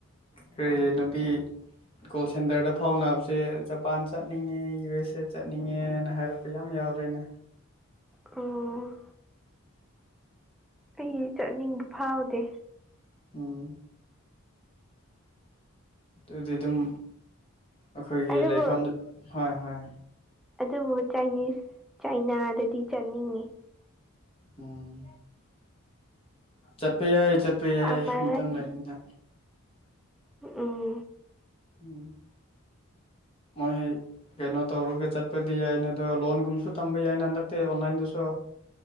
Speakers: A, on the left; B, in the centre.
A: ꯀꯔꯤ ꯅꯨꯄꯤ ꯀꯣꯜ ꯁꯦꯟꯇꯔꯗ ꯐꯥꯎꯅꯕꯁꯦ ꯖꯄꯥꯟ ꯆꯠꯅꯤꯡꯉꯦ ꯌꯨ ꯑꯦꯁ ꯑꯦ ꯆꯠꯅꯤꯡꯉꯦꯅ ꯍꯥꯏꯔꯛ ꯄ ꯌꯥꯝ ꯌꯥꯎꯔꯦꯅꯦ꯫
B: ꯑꯣ꯫ ꯑꯩ ꯆꯠꯅꯤꯡꯕ ꯐꯥꯎꯗꯦ꯫
A: ꯎꯝ ꯑꯗꯨꯗꯤ ꯗꯨꯝ꯫ ꯑꯩꯈꯣꯏꯒꯤ
B: ꯑꯗꯨꯕꯨ
A: ꯂꯩꯐꯝꯗꯨ ꯍꯣꯏ ꯍꯣꯏ꯫
B: ꯑꯗꯨꯕꯨ ꯆꯥꯏꯅꯤꯁ ꯆꯥꯏꯅꯥꯗꯗꯤ ꯆꯠꯅꯤꯡꯉꯤ꯫
A: ꯎꯝ ꯆꯠꯄ ꯌꯥꯏ ꯆꯠ ꯄ ꯌꯥꯏ
B: ꯑꯃꯔꯛ
A: ꯃꯇꯝ ꯂꯩꯔꯤꯃꯤꯅ꯫
B: ꯎꯝ꯫
A: ꯎꯝ꯫ ꯃꯣꯏ ꯀꯩꯅꯣ ꯇꯧꯔꯒ ꯆꯠꯄꯗꯤ ꯌꯥꯏꯅ ꯑꯗꯣ ꯂꯣꯟꯒꯨꯝꯕꯁꯨ ꯊꯝꯕ ꯌꯥꯏꯅ ꯍꯟꯗꯛꯇꯤ ꯑꯣꯟꯂꯥꯏꯟꯗꯁꯨ꯫